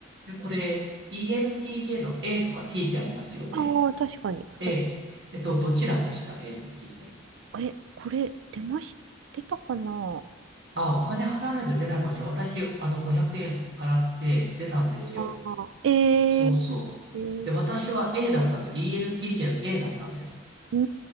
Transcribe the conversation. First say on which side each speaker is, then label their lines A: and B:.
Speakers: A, on the right; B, on the right.
A: でこれ、ENTJ の A とか T ってありますよね。
B: ああ、確かに。ふた、
A: えええっと、どちらでした ?A と T で。
B: え、これ、出まし、出たかな
A: あ、お金払わないと出ないかもしれない。私、あの、500円払って出たんですよ。
B: あー、えー、
A: そうそう。
B: えー、
A: で、私は A だったんです。ENTJ の A だったんです。
B: うー